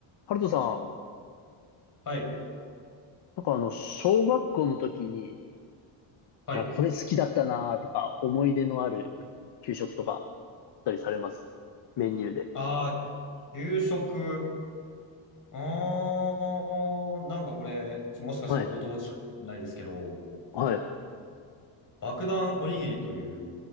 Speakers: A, on the left; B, on the left.
A: ハルトさん、
B: はい。
A: なんかあの、小学校の時に、
B: はい。
A: な、これ好きだったなとか、思い出のある給食とかあったりされますメニューで。
B: ああ、給食。ああ、なんかこれ、ちょもしかしたらご当地かもしれないですけど、
A: はい。はい。
B: 爆弾おにぎりという